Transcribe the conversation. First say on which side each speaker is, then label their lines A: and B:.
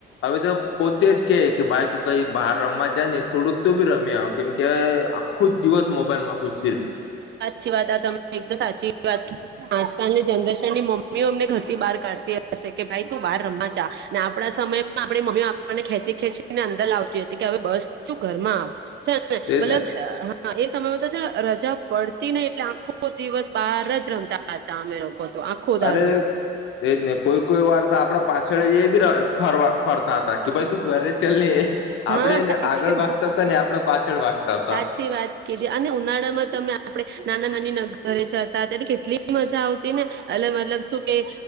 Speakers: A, on the left (about 80°); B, on the right (about 60°).
A: હવે તો પોતે જ કે કે ભાઈ તું કઈ બહાર રમવા જ ને થોડુંક તો બી રમ્યા આવે કેમ કે આખો જ દિવસ મોબાઈલ માં ઘુસી ર
B: સાચી વાત આ તમે એકદ સાચી વાત કીધ આજકાલની જનરેશન ની મમ્મીઓ અમને ઘરથી બહાર કાઢતી હશે કે ભાઈ તું બહાર રમવા ચા ને આપડા સમયમાં આપણી મમ્મી આપણને ખેંચી ખેંચીને અંદર લાવતી હતી કે હવે બસ તું ઘરમાં આવ. છે ને
A: તે
B: મતલબ હા એ સમયમાં તો જે રજા પડતી નઈ એટલે આખો દિવસ બહાર જ રમતા હતા અમે લોકો. તો આખો દાડો
A: અરે તેજ નહી કોઈ કોઈ વારતા આપડ પાછ છેડે જે ફરવા ફર તા તા કે ભાઈ તું ઘરે ચલને એ
B: હા
A: આપડે
B: સાચે
A: આગળ વાગતા હતા ને આપડા પાછળ વાગતા તા
B: સાચી વાત કીધી અને ઉનાળામાં તમે આપણે નાના નાની નગરે જતા ત્યારે કેટલી મજા આવતી ને. એલે મતલબ શું કે